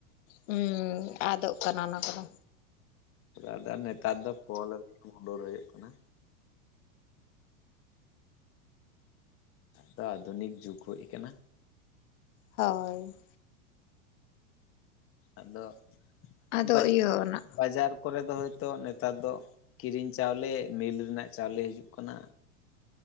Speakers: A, on the left; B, on the left.
A: ᱦᱩᱸ ᱟᱫᱚᱜ ᱠᱟᱱᱟ ᱚᱱᱟ ᱠᱚᱫᱚ
B: ᱚᱱᱟ ᱱᱮᱛᱟᱨ ᱫᱚ ᱠᱚᱞ ᱢᱩᱰᱩᱨ ᱦᱩᱭᱩᱜ ᱠᱟᱱᱟ ᱫᱚ ᱟᱫᱷᱩᱱᱤᱠ ᱡᱩᱜᱽ ᱦᱩᱭ ᱟᱠᱟᱱᱟ᱾
A: ᱦᱳᱭ
B: ᱟᱫᱚ
A: ᱟᱫᱚ
B: ᱵᱟᱡᱟᱨ
A: ᱤᱭᱟᱹ ᱚᱱᱟ
B: ᱵᱟᱡᱟᱨ ᱠᱚᱨᱮ ᱫᱚ ᱦᱳᱭᱛᱳ ᱱᱮᱛᱟᱨ ᱫᱚ ᱠᱤᱨᱤᱧ ᱪᱟᱣᱞᱮ ᱢᱤᱞ ᱨᱮᱱᱟᱜ ᱪᱟᱣᱞᱮ ᱦᱤᱡᱩᱜ ᱠᱟᱱᱟ᱾